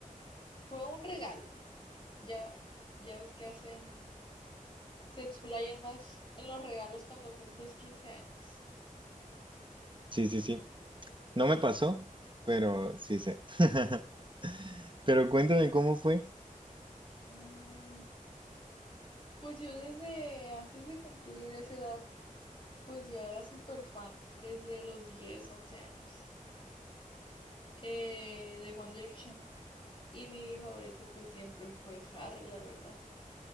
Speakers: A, on the left; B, on the right.
A: fue un regalo. Ya, ya ves que hacen, se explayan más en los regalos cuando cumples 15 años.
B: Sí, sí, sí. No me pasó, pero sí sé. <laughs> Pero cuéntame cómo fue.
A: Mm, pues yo desde antes de cumplir esa edad, pues ya era súper fan, desde los 10 11 años, eh, de One Direction. Y mi favorito pues siempre fue Harry, la verdad.